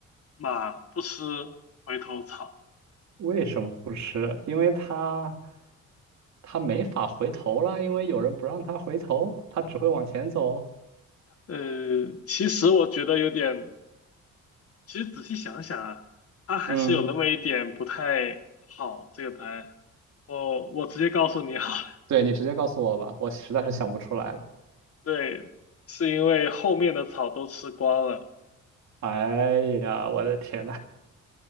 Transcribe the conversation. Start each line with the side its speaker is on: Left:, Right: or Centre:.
Left: 马不吃回头草？
Right: 为什么不吃？因为它它没法回头了，因为有人不让它回头，它只会往前走。
Left: 呃，其实我觉得有点，其实仔细想想啊，它还是有那么一点不太好，
Right: 嗯，
Left: 这个答案。我我直接告诉你好了
Right: 对，你直接告诉我吧，我实在是想不出来了。
Left: <laughs> 对，是因为后面的草都吃光了。
Right: 哎呀，我的天呐，